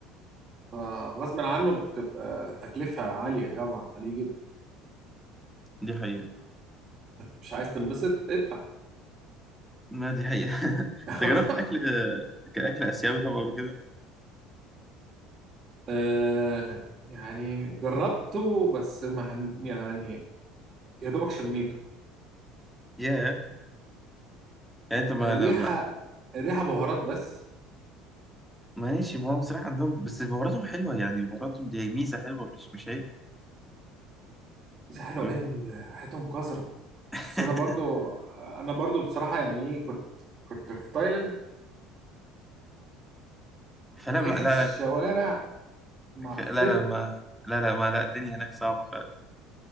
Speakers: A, on the right; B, in the centre.
A: فغصب عنه بتبقى تكلفه عاليه طبعا عليه جدا
B: دي حقيقه
A: مش عايز تنبسط ادفع
B: ما دي حقيقه <laughs>
A: <laughs>
B: انت جربت اكل كاكل اسيوي طبعا قبل كده
A: آه، يعني جربته بس ما هم- يعني يا دوبك شميته
B: ياه يعني انت ما
A: الريحه
B: لما
A: الريحه بهارات بس
B: ماشي ما هو بصراحه عندهم بس بهاراتهم حلوه يعني بهاراتهم دي ميزه حلوه مش مش عيب
A: دي حلوه
B: تمام
A: ايه يا ابني ده ريحتهم قذره
B: <laughs>
A: بس انا برضو انا برضو بصراحه يعني ايه كنت كنت في تايلاند
B: فلا
A: فريحه
B: ما لا
A: الشوارع معفنه
B: لا لا لا ما لا لا ما لا الدنيا هناك صعبة فعلا